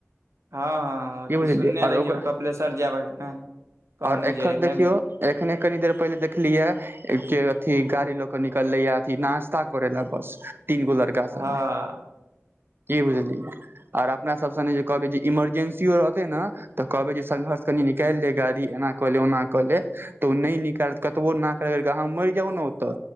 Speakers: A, on the right; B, on the right.
A: हँ-हँ-हँ ओ
B: की
A: ते
B: बुझलियै
A: सुनने
B: आओर
A: रहियौ
B: ओकरा
A: कपिलेश्वर जयबाक हेतै कहने
B: और एखन
A: जे रहैन।
B: देखियौ एखने कनी देर पहिले देख लियै के अथी गाड़ी लऽ के निकलले ये अथी नाास्ता करे लऽ बस तीन गो लड़ का
A: हँ
B: सब की बुझलियै? और अपना सब संगे जे कहबै जे इमरजेंसियो रहतय ने तऽ कहबे जे संघर्ष कनि निकालि ले गाड़ी एना कऽ ले ओना कऽ ले तऽ ओ नहि निकालतै कतबो नाक रगड़ि के अहाँ मरि जाउ ने ओतऽ